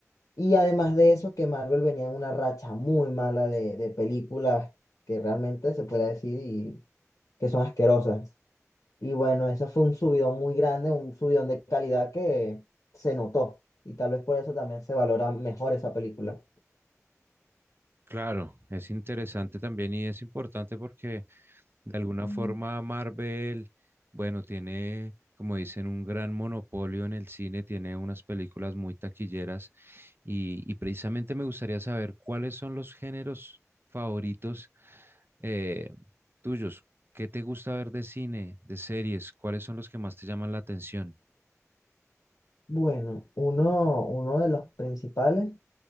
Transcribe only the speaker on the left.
Y además de eso, que Marvel venía en una racha muy mala de, de películas que realmente se puede decir y que son asquerosas. Y bueno, eso fue un subidón muy grande, un subidón de calidad que se notó. Y tal vez por eso también se valora mejor esa película.
Mm.
Bueno, uno, uno de los principales